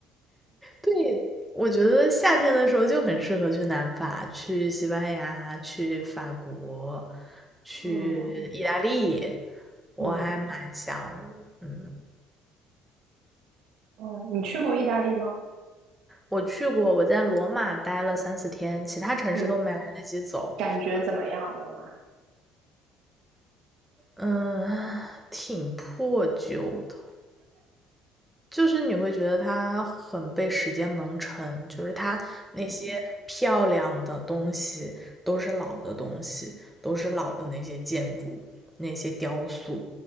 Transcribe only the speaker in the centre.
对，我觉得夏天的时候就很适合去南法，去西班牙，去法国，去意大利，
我还蛮想，
嗯，
我去过，我在罗马待了三四天，其他城市都没来得及走，
嗯，挺破旧的，就是你会觉得它很被时间蒙尘，就是它那些漂亮的东西都是老的东西，都是老的那些建筑、那些雕塑，